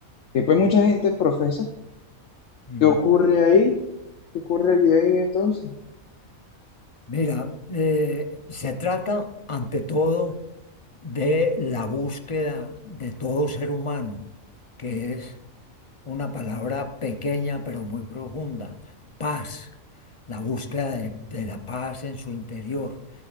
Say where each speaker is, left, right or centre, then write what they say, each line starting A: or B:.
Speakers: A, on the left; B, on the left.
A: que pues mucha gente profesa.
B: Mm.
A: ¿Qué ocurre ahí? ¿Qué ocurre ahí entonces?
B: Mira, eh, se trata ante todo de la búsqueda de todo ser humano, que es una palabra pequeña pero muy profunda, paz, la búsqueda de, de la paz en su interior.